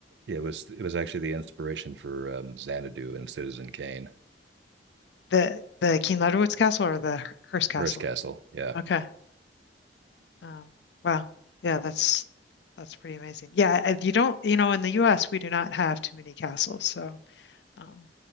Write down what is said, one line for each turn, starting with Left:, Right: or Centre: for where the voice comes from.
Right: It was it was actually the inspiration for um, Xanadu and Citizen Kane.
Left: The the King Ludwig's castle or the Hearst castle?
Right: Hearst Castle, yeah.
Left: Okay. Um, wow. Yeah, that's that's pretty amazing. Yeah, I- you don't, you know, in the US we do not have too many castles, so um